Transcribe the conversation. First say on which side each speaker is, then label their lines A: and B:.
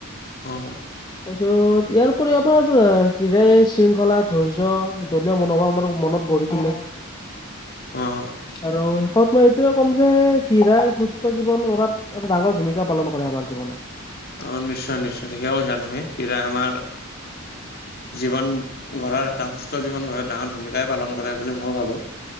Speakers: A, on the left; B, on the left.
A: অ'।
B: তাৰপিছত ইয়াৰ উপৰি আমাৰ ক্ৰীড়াই শৃংখলা ধৈৰ্য, দলিয়া মনোভাৱ আমাৰ মনত গঢ়ি তোলে।
A: অ'।
B: আৰু শেষত মই এইটোয়ে ক'ম যে ক্ৰীৰাই সুস্থ জীৱন গঢ়াত এটা ডাঙৰ ভূমিকা পালন কৰে আমাৰ জীৱনত।
A: অ' নিশ্চয় নিশ্চয় ঠিকে কৈছা তুমি, ক্ৰিৰা আমাৰ জীৱন গঢ়াৰ, এটা সুস্থ জীৱন গঢ়াৰ ডাঙৰ ভূমিকাই পালন কৰে বুলি ময়ো ভাবোঁ।